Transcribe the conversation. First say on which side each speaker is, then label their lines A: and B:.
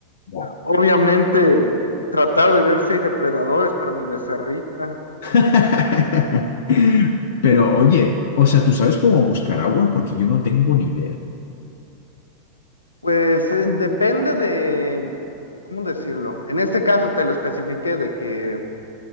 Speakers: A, on the left; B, on the left.
A: agua.
B: Obviamente, tratar de ver si hay depredadores para mi becerrita.
A: <laughs> Pero oye, o sea, ¿tú sabes cómo buscar agua? Porque yo no tengo ni idea.
B: Pues eh, depende de, ¿cómo decirlo? En este caso te lo especifiqué de que